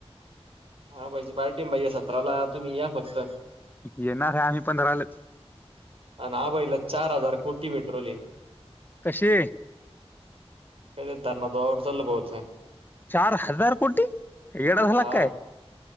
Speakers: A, on the right; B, on the left.
A: हा पाहिजे पार्टी पाहिजे सतराला तुम्ही या फक्त
B: येणार आहे आम्ही पंधरालाच
A: आणि आभईला चार हजार कोटी भेटू राहीले.
B: कसे
A: <unintelligible>
B: चार हजार कोटी काय येडा झाला
A: हा
B: काय